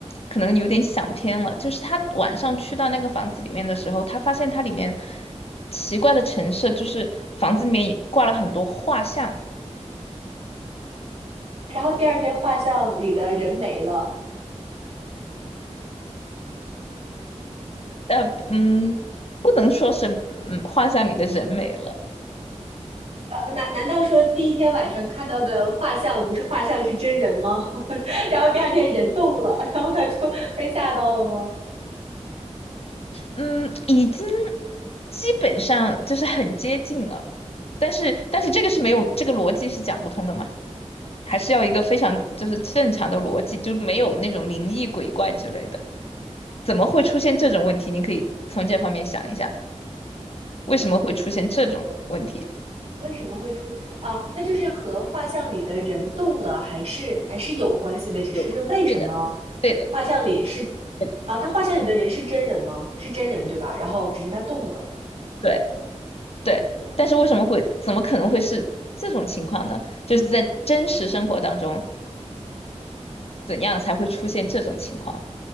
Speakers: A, on the left (about 55°); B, on the right (about 60°).
A: 可能有点想偏了。就是他晚上去到那个房子里面的时候，他发现它里面奇怪的陈设，就是房子里面挂了很多画像。
B: 然后第二天画像里的人没了，
A: 呃，嗯，不能说是嗯画像里的人美了，
B: 呃，难难道说第一天晚上看到的画像不是画像是真人吗？<laughs> 然后第二天人动了，然后他就被吓到了吗？
A: 嗯，已经基本上就是很接近了，但是但是这个是没有这个逻辑是讲不通的嘛，还是要一个非常就是正常的逻辑，就没有那种灵异鬼怪之类的，怎么会出现这种问题？你可以从这方面想一下，为什么会出现这种问题？
B: 为什么会出啊？那就是和画像里的人动了，还是还是有关系的，只是是为什么
A: 有，对的，对的，
B: 画像里是
A: 对的，
B: 啊？他画像里的人是真人吗？是真人对吧？然后只是他动了，
A: 对对，但是为什么会，怎么可能会是这种情况呢？就是在真实生活当中。怎样才会出现这种情况？